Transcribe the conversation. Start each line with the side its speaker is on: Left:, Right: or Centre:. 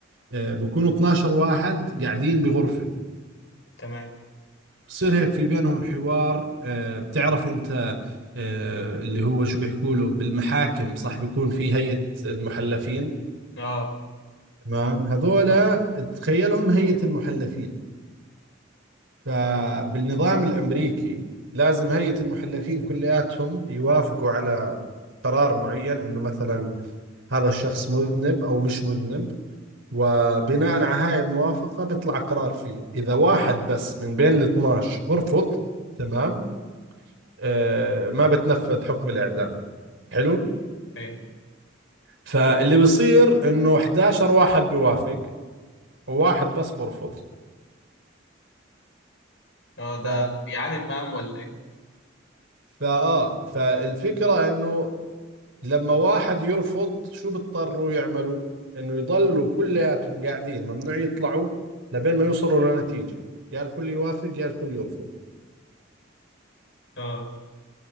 Right: آه، بيكونوا 12 واحد قاعدين بغرفة
Left: تمام
Right: بصير هيك في بينهم حوار آه، بتعرف انت آه، اللي هو شو بيحكوا له بالمحاكم صح بيكون في هيئة المحلفين
Left: اه
Right: تمام هذول تخيلهم هيئة المحلفين فبالنظام الامريكي لازم هيئة المحلفين كلياتهم يوافقوا على قرار معين انه مثلا هذا الشخص مذنب أو مش مذنب وبناء على هاي الموافقة بيطلع قرار فيه إذا واحد بس من بين ال 12 برفض تمام آه ما بتنفذ حكم الإعدام حلو
Left: حلو.
Right: فاللي بيصير إنه 11 واحد بيوافق وواحد بس برفض
Left: اه ده
Right: ف...
Left: بيعاند معاهم ولا ايه؟
Right: فآه فالفكرة إنه لما واحد يرفض شو بيضطروا يعملوا إنه يضلوا كلياتهم قاعدين ممنوع يطلعوا لبين ما يوصلوا لنتيجة يا الكل يوافق يا الكل يرفض
Left: اه